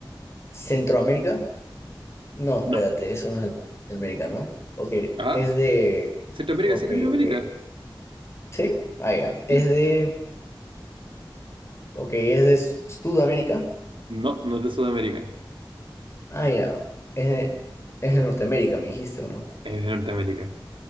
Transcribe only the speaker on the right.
No.
Ah,
Centroamérica,
sí, Latinoamérica.
Sí.
No, no es de Sudamérica.
Es de Norteamérica.